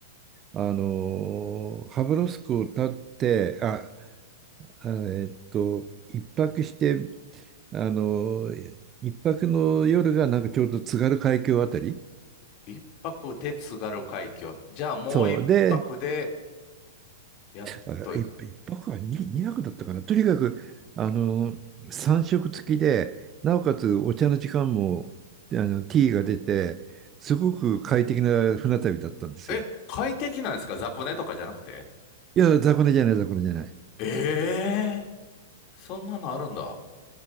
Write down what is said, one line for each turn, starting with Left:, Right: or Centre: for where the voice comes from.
Right: あのーハブロフスクを立って、あ、あえっと、一泊して、あのー一泊の夜がなんかちょうど津軽海峡あたり。
Left: 一泊で津軽海峡。じゃあもう一泊で、
Right: そう。で、
Left: やっと、
Right: あ、一一泊は二二泊だったかな。とにかく、あのー、三食付きで、なおかつお茶の時間も、あの、ティーが出て、すごく快適な船旅だったんですよ。
Left: え、快適なんですか雑魚寝とかじゃなくて
Right: いや、雑魚寝じゃない、雑魚寝じゃない。
Left: ええー、そんなのあるんだ。